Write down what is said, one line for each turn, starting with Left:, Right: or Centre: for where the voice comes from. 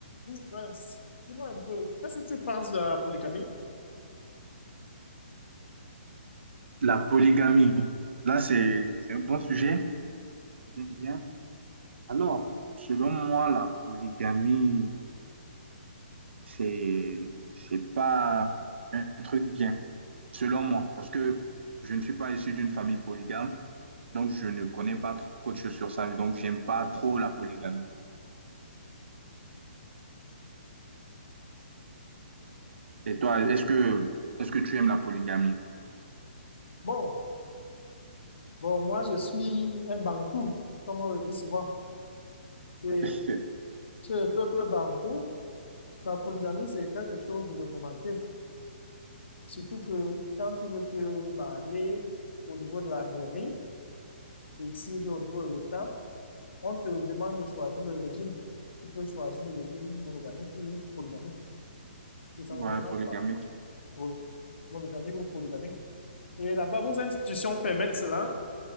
Left: Oui, Prince, dis-moi un peu, qu'est-ce que tu penses de la polygamie?
Right: La polygamie, là, c'est c'est un bon sujet. J'aime bien. Alors, selon moi, la polygamie, c'est c'est pas un truc bien, selon moi, parce que je ne suis pas issu d'une famille polygame, donc je ne connais pas trop de choses sur ça, donc j'aime pas trop la polygamie. Et toi, est-ce que est-ce que tu aimes la polygamie?
Left: Bon, bon, moi je suis un Bantou, comme on le dit souvent. Et
Right: <laughs>
Left: chez le peuple Bantou, la polygamie c'est quelque chose de réglementé. Surtout que quand tu veux te marier au niveau de la mairie, et ici au niveau de l'État, on te demande de choisir le régime. Tu peux choisir le régime monogamique ou polygamique, et ça
Right: Ouais,
Left: ne me dérange
Right: polygamie.
Left: pas. Oui, monogamique ou polygamique. Et là-bas, vos institutions permettent cela?